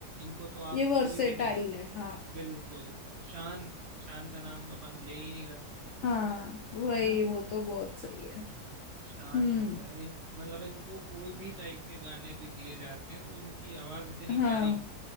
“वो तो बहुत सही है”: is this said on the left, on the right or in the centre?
Left